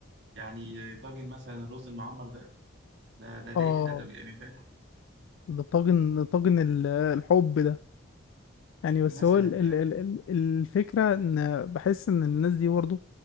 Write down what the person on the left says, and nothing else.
اه
ده طاجن طاجن ال- الحب ده يعني بس
هو ال
ال ال ال- الفكرة ان بحس ان الناس دي برضه